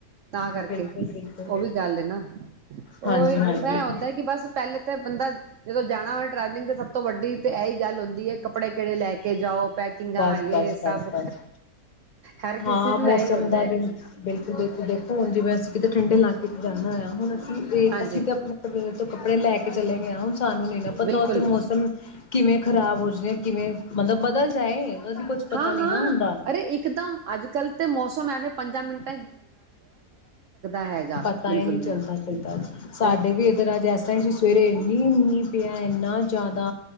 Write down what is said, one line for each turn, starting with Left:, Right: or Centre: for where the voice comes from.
Right: ਤਾਂ ਕਰਕੇ
Left: ਬਿਲਕੁਲ-ਬਿਲਕੁਲ,
Right: ਉਹ ਵੀ ਗੱਲ ਨਾ ਉਹਹੀ
Left: ਹਾਂਜੀ-ਹਾਂਜੀ
Right: ਭੈ ਆਉਂਦਾ ਕਿ ਬਸ ਪਹਿਲੇ ਤਾਂ ਬੰਦਾ ਜਦੋਂ ਜਾਣਾ ਹੋਵੇ ਟ੍ਰੈਵਲਿੰਗ ਤੇ ਸ ਤੋਂ ਵੱਡੀ ਤੇ ਇਹੀ ਗੱਲ ਹੁੰਦੀ ਹੈ ਕੱਪੜੇ ਕਿਹੜੇ ਲੈ ਕੇ ਜਾਓ ਪੈਕਿੰਗਾਂਏ
Left: ਬਸ-ਬਸ-ਬਸ-ਬਸ
Right: ਸਭ ਹਰ ਕਿਸੇ
Left: ਹਾਂ
Right: ਨੂੰ
Left: ਮੌਸਮ
Right: ਇਹੀ ਹੁੰਦਾ
Left: ਦਾ
Right: ਹੈ
Left: ਵੀ ਬਿਲਕੁਲ ਬਿਲਕੁਲ ਦੇਖੋ ਹੁਣ ਜਿਵੇਂ ਅਸੀਂ ਕਿਤੇ ਠੰਡੇ ਇਲਾਕੇ ਚ ਜਾਣਾ ਹੋਇਆ ਹੁਣ ਇਹ
Right: ਹਾਂਜੀ
Left: ਅਸੀਂ ਤੇ ਆਪਣੇ ਕਬਲੇ ਤੋਂ ਕੱਪੜੇ ਲੈ ਕੇ ਚਲੇ ਗਏ ਆ ਸਾਨੂੰ ਨੀ ਨਾ ਪਤਾ
Right: ਬਿਲਕੁਲ
Left: ਉੱਥੇ ਮੌਸਮ ਕਿਵੇਂ ਖਰਾਬ ਹੋ ਜਾਵੇ ਕਿਵੇਂ ਮਤਲਬ ਬਦਲ ਜਾਏ ਉਹਦੀ ਕੁੱਝ ਪਤਾ
Right: ਹਾਂ
Left: ਨੀ
Right: ਹਾਂ
Left: ਨਾ ਹੁੰਦਾ
Right: ਅਰੇ ਇੱਕਦਮ ਅੱਜ ਕੱਲ੍ਹ ਤੇ ਮੌਸਮ ਐਵੇਂ ਪੰਦਰਾਂ ਮਿੰਟ ਹੈਗਾ
Left: ਪਤਾ
Right: ਬਿਲਕੁਲ
Left: ਹੀ ਨਹੀਂੀ ਚਲਦਾ
Right: ਵੀ
Left: ਚੱਲਦਾ ਸਾਡੇ
Right: ਫਿਰ
Left: ਵੀ ਇੱਧਰ ਅੱਜ ਐਸਾ ਹੀ ਸੀ ਸਵੇਰੇ ਮਨੀ ਮੀ ਪਿਆ ਇੰਨਾ ਜ਼ਿਆਦਾ